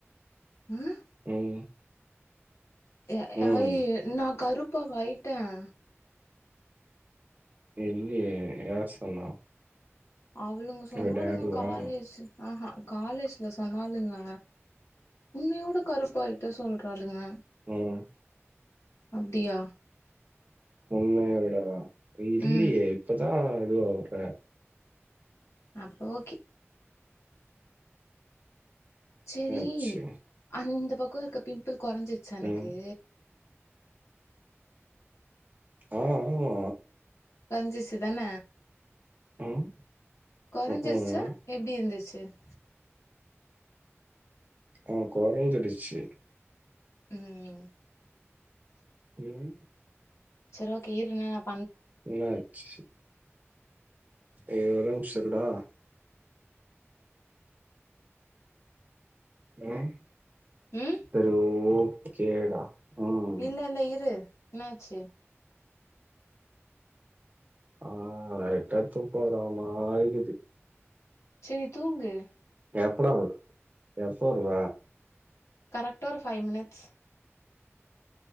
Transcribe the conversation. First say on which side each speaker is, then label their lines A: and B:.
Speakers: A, on the left; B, on the right.
A: ம்
B: ம்
A: ய
B: ம்.
A: ஆ நா கருப்பாவா அயிட்டேன்
B: இல்லியே யார் சொன்னா
A: அவளுங்க சொன்னாலுங்க
B: உங்க டாடிவா?
A: காலேஜ் ஆஹா காலேஜ் இல சொன்னாலுங்க உன்னையோட கருப்பாயிட்ட சொல்றாளுங்க
B: ம்
A: அப்டியா
B: முன்னய விடவா இல்லியே
A: ம்
B: இப்பதா இது ஆவுற
A: அப்ப ஓகே செரி
B: என்னாச்சு?
A: அந்த பக்கோ இருக்க பிம்பிள் கொறஞ்சிருச்சா எனக்கு
B: ம். ஆ ஆமா
A: கொறஞ்சிருச்சு தான
B: ம்.
A: கொறஞ்சிருச்சா
B: ம்ஹ்ம்.
A: எப்டி இருந்துச்சி டு
B: ஆ கொறஞ்ஜிடுச்சி
A: ம்
B: ம்
A: சரி ஓகே இரு நான் அப்
B: என்னாச்சு ஐயோ ஒரேநிமிஷ இருடா ம்
A: ம்
B: தரி ஓகேடா ம்.
A: இல்ல இல்ல இரு என்னாச்சு
B: ஆ லைட்டா தூக்கோ வரமாரிக்குது
A: செரி தூங்கு
B: எப்படாவொ எப்போ வருவ
A: கரெக்டா ஒருஃபைவ் மினிட்ஸ்